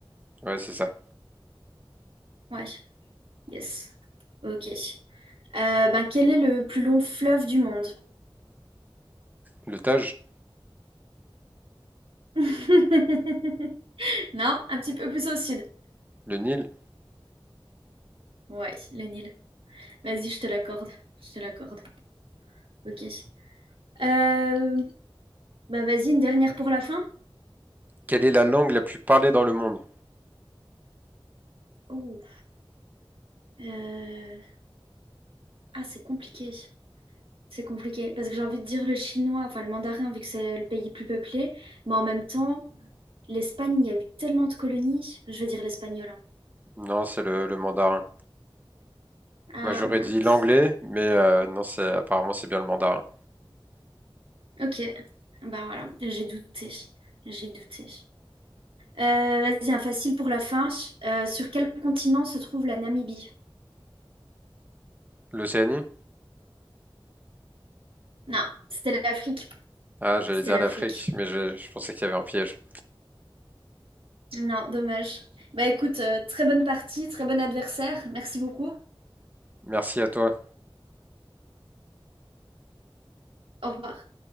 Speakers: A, on the right (about 20°); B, on the right (about 75°).
A: Ouais, c'est ça.
B: Ouais, yes. Ok. Euh, ben, quel est le plus long fleuve du monde?
A: Le Tage?
B: <laughs> Non, un petit peu plus au sud.
A: Le Nil?
B: Ouais, le Nil. Vas-y, je te l'accorde. Je te l'accorde. Ok. Euh, bah vas-y, une dernière pour la fin.
A: Quelle est la langue la plus parlée dans le monde?
B: Oh. Euh, Ah, c'est compliqué. C'est compliqué parce que j'ai envie de dire le chinois, enfin le mandarin, vu que c'est le pays plus peuplé, mais en même temps, l'Espagne, il y a eu tellement de colonies, je veux dire l'espagnol. hein.
A: Non, c'est le, le mandarin.
B: Ah
A: Moi, j'aurais
B: mince.
A: dit l'anglais, mais euh,
B: Bon,
A: non, c'est apparemment c'est bien le mandarin.
B: ok. Bah voilà, j'ai douté. J'ai douté. Euh, vas-y, un facile pour la fin. Euh, sur quel continent se trouve la Namibie?
A: L'Océanie?
B: Non, c'était l'Afrique.
A: Ah, j'allais
B: C'était
A: dire
B: l'Afrique.
A: l'Afrique, mais je, je pensais qu'il y avait un piège.
B: Non, dommage. Bah écoute, euh, très bonne partie, très bon adversaire. Merci beaucoup.
A: Merci à toi.
B: Au revoir.